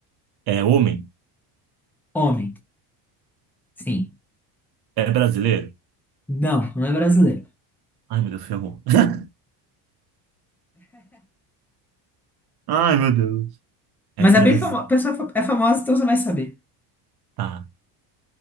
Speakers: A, on the right (about 50°); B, in the centre.
A: É homem?
B: Homem, sim.
A: É brasileiro?
B: Não, não é brasileiro.
A: Ai, meu Deus, ferrou. <laughs> Ai, meu Deus. É
B: Mas
A: Brasil.
B: é bem famosa. Pessoa fa- é famosa, então você vai saber.
A: Tá.